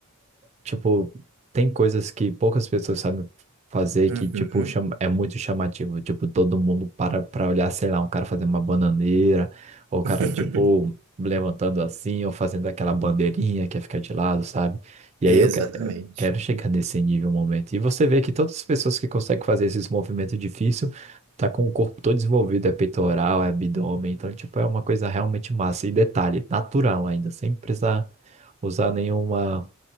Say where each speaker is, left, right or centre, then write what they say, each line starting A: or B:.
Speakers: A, on the right; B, on the right.
A: tipo, tem coisas que poucas pessoas sabem fazer
B: uhum.
A: que, tipo, chama, é muito chamativo. Tipo, todo mundo para pra olhar, sei lá, um cara fazendo uma bananeira, ou o cara,
B: <laughs>
A: tipo, levantando assim, ou fazendo aquela bandeirinha que fica de lado, sabe? E
B: Exatamente.
A: aí eu que- quero chegar nesse nível, momento. E você vê que todas as pessoas que conseguem fazer esses movimentos difíceis tá com o corpo todo desenvolvido, é peitoral, é abdômen, então, tipo, é uma coisa realmente massa. E detalhe, natural ainda, sem precisar usar nenhuma